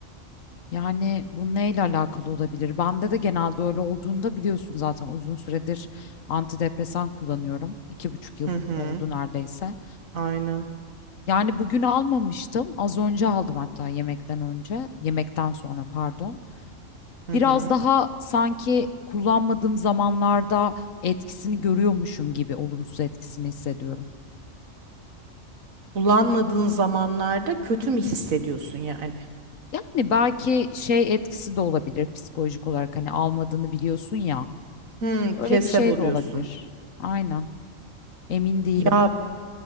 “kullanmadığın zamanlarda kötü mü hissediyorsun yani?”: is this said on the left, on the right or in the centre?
Right